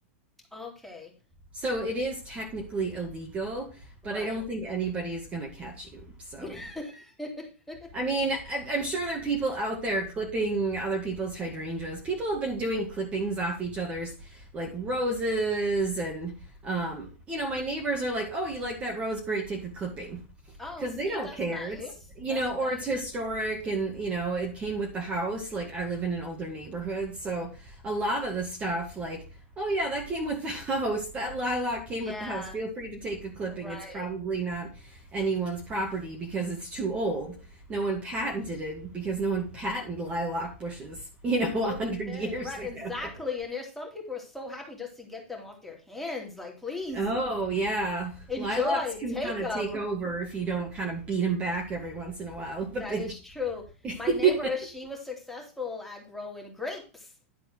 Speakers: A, in the centre; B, on the right.
A: okay.
B: So it is technically illegal, but
A: Right.
B: I don't think anybody's going to catch you. So,
A: <laughs>
B: I mean, I, I'm sure there are people out there clipping other people's hydrangeas. People have been doing clippings off each other's, like roses. And, um, you know, my neighbors are like, oh, you like that rose? Great, take a clipping.
A: Oh,
B: because
A: see,
B: they don't
A: that's
B: care.
A: nice.
B: It's you
A: That's
B: know, or
A: nice.
B: it's historic, and you know, it came with the house. Like I live in an older neighborhood, so a lot of the stuff, like oh yeah, that came with the <laughs> house. That lilac came
A: Yeah,
B: with the house. Feel free to take a clipping.
A: right.
B: It's probably not anyone's property because it's too old. No one patented it because no one patented lilac bushes, you know, <laughs> a
A: Okay,
B: hundred years
A: right,
B: ago.
A: exactly. And there's some people are so happy just to get them off their hands. Like, please
B: Oh yeah,
A: enjoy,
B: lilacs can
A: take
B: kind of
A: them.
B: take over if you don't kind of beat them back every once in a while with
A: That
B: a big.
A: is true.
B: <laughs>
A: My neighbor, she was successful at growing grapes.